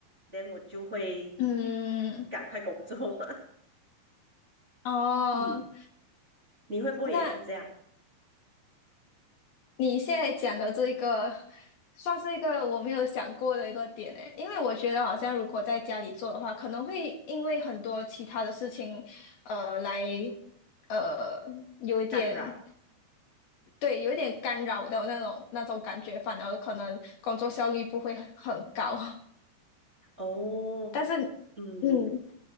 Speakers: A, on the right; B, on the left.
A: ，then 我就会
B: 嗯，
A: 赶快工作。<laughs>
B: 哦，
A: 嗯，你会不会也是这样
B: 那你现在讲的这个，算是一个我没有想过的一个点诶，因为我觉得好像如果在家里做的话，可能会因为很多其他的事情，呃，来，呃，有一点，
A: 干扰？
B: 对，有一点干扰的那种那种感觉，反而可能工作效率不会很很高。<laughs>
A: 哦，
B: 但是，
A: 嗯，
B: 嗯，